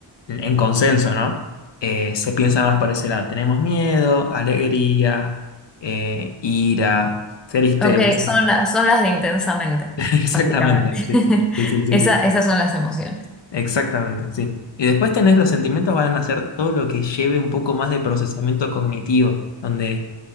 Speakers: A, on the left; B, in the centre.
A: en consenso, ¿no? Eh, se piensa más por ese lado. Tenemos miedo, alegría, eh, ira, tristeza.
B: Ok, son las, son las de intensamente,
A: <laughs> Exactamente,
B: básicamente.
A: sí.
B: <laughs>
A: Sí, sí, sí,
B: Esa-
A: sí.
B: esas son las emociones.
A: Exactamente, sí. Y después tenés los sentimientos, van a ser todo lo que lleve un poco más de procesamiento cognitivo, donde